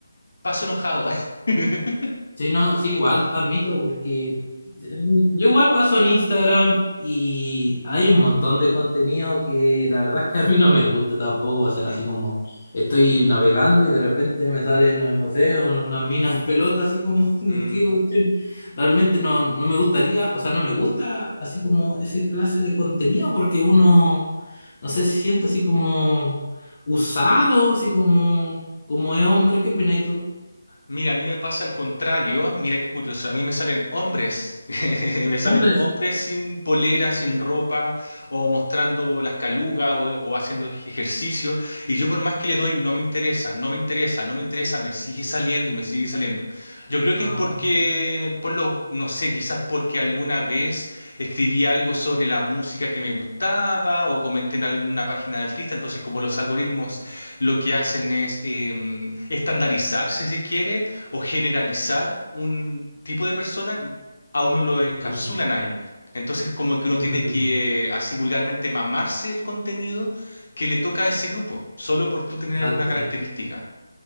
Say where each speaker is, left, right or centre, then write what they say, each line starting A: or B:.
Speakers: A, on the left; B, on the left.
A: paso enojado. <laughs>
B: Sí, no, sí, igual admito, porque mm, yo igual paso en Instagram y hay un montón de contenido que la verdad es que a mí no me gusta tampoco, o sea,
A: Ujú.
B: así como estoy navegando y de repente me salen, no, no sé, un- unas minas en pelota, así como, <laughs> ¿de
A: Mm.
B: qué cuestión? Realmente no, no me gustaría, o sea, no me gusta así como ese clase de contenido porque uno, no sé, se siente así como usado, así como, como es hombre, ¿qué opinas tú?
A: Mira, a mí me pasa al contrario, mira qué curioso, a mí me salen hombres, <laughs> me salen
B: Hombres.
A: hombres sin polera, sin ropa, o mostrando las calugas, o, o haciendo ejercicio, y yo por más que le doy, no me interesa, no me interesa, no me interesa, me sigue saliendo y me sigue saliendo. Yo creo
B: No,
A: que es porque, por lo, no sé, quizás porque alguna vez escribí algo sobre la música que me gustaba, o comenté en alguna página de artista, entonces como los algoritmos lo que hacen es eh, estandarizar, si se quiere, o generalizar un tipo de persona, a uno lo encapsulan
B: no,
A: ahí. Entonces, como que uno
B: Mm,
A: tiene que, así vulgarmente, mamarse el contenido que le toca a ese grupo, solo por tú tener
B: exacto,
A: alguna característica.
B: sí.